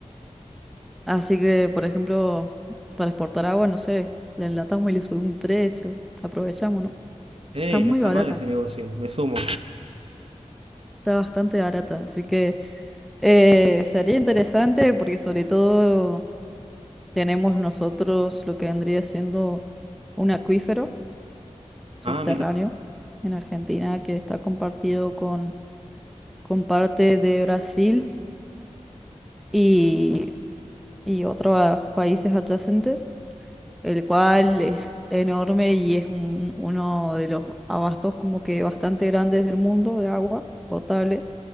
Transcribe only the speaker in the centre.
Así que, por ejemplo, para exportar agua, no sé, la enlatamos y le subimos un precio. Aprovechamos, ¿no?
Está muy
barata,
está bastante barata. Así que eh, sería interesante porque sobre todo tenemos nosotros lo que vendría siendo un acuífero subterráneo
en Argentina que está compartido con, con parte de Brasil y, y otros países adyacentes. el cual es enorme y es un- uno de los abastos como que bastante grandes del mundo de agua potable.